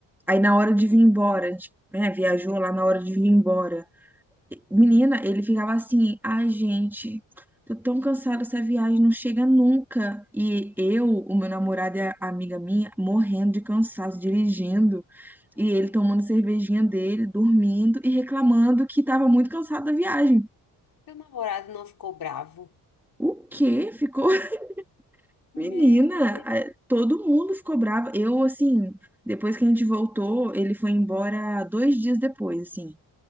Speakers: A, in the centre; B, on the left.
A: Aí na hora de vir embora, a gente, né, viajou lá na hora de vir embora. Menina, ele ficava assim, ai, gente, tô tão cansado dessa viagem, não chega nunca. E eu, o meu namorado e a amiga minha, morrendo de cansaço, dirigindo,
B: meu
A: e ele
B: Deus.
A: tomando cervejinha dele, dormindo e reclamando que tava muito cansado da viagem.
B: Seu namorado não ficou bravo?
A: O quê? Ficou. <laughs>
B: Meu
A: Menina,
B: Deus.
A: eh, todo mundo ficou bravo. Eu, assim, depois que a gente voltou, ele foi embora dois dias depois, assim.